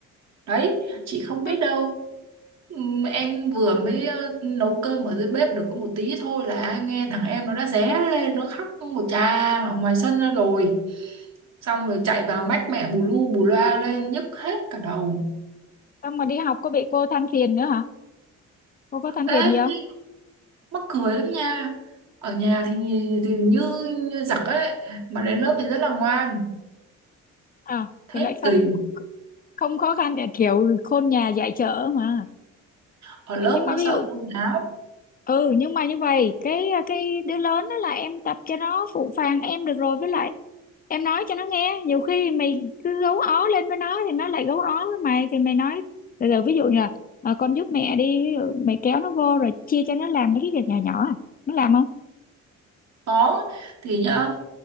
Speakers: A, on the right; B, on the left.
A: đấy chị không biết
B: Ê,
A: đâu Ừm, em vừa mới ờ, nấu cơm ở dưới bếp được có một tí thôi là nghe thằng em nó đã ré lên nó khóc một tràng ở ngoài sân ra rồi xong rồi chạy vào mách mẹ bù lu bù loa lên nhức hết cả đầu
B: xong mà đi học có bị cô than phiền nữa hả cô có than
A: ê
B: phiền gì không
A: thế mắc cười lắm nha ở nhà thì, thì như như giặc ấy mà đến lớp thì rất là ngoan
B: à
A: thế
B: thì lại không
A: tùy
B: không khó khăn kiểu khôn nhà dạy chợ mà
A: ở lớp
B: nhưng mà
A: nó
B: ví
A: sợ
B: dụ
A: cô giáo
B: ừ nhưng mà như vậy cái à, cái đứa lớn đó là em tập cho nó phụ phàng em được rồi với lại em nói cho nó nghe nhiều khi mày cứ gấu ó lên với nó thì nó lại gấu ó với mày thì mày nói từ từ ví dụ như là "Ờ, con giúp mẹ đi Ví dụ mày kéo nó vô rồi chia cho nó làm mấy cái việc nhỏ nhỏ à. nó làm không
A: có thì nhá